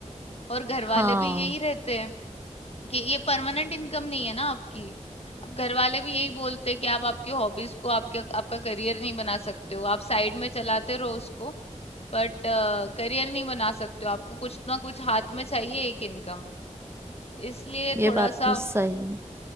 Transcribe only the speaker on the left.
और घर वाले
भी यही रहते हैं कि ये परमानेंट इनकम नहीं है ना आपकी अब घर वाले भी यही बोलते हैं कि आप आपकी हॉबीज को आपके आपका करियर नहीं बना सकते हो आप साइड में चलाते रहो उसको बट करियर नहीं बना सकते हो आपको कुछ ना कुछ हाथ में चाहिए एक इनकम इसलिए
थोड़ा
सा